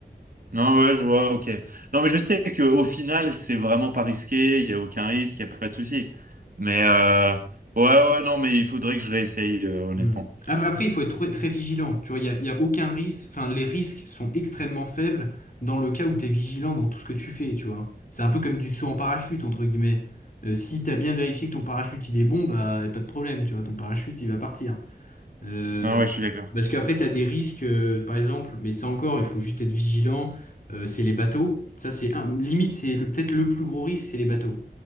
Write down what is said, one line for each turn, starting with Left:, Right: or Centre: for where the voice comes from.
Right: Non, ouais, je vois, ok. Non, mais je sais qu'au final, c'est vraiment pas risqué, il n'y a aucun risque, il n'y a pas de souci. Mais, euh, ouais, ouais, non, mais il faudrait que je réessaye, euh, honnêtement.
Left: Mm. Ap- Après, il faut être très, très vigilant. Tu vois, il n'y a, il y a aucun risque. Enfin, les risques sont extrêmement faibles dans le cas où tu es vigilant dans tout ce que tu fais, tu vois. C'est un peu comme du saut en parachute, entre guillemets. Euh, si tu as bien vérifié que ton parachute il est bon, bah y a pas de problème, tu vois, ton parachute il va partir. Euh,
Right: Non, ouais, je suis d'accord.
Left: parce qu'après, tu as des risques, euh, par exemple, mais ça encore, il faut juste être vigilant. euh, c'est les bateaux. Ça, c'est un, limite, c'est le- peut-être le plus gros risque, c'est les bateaux.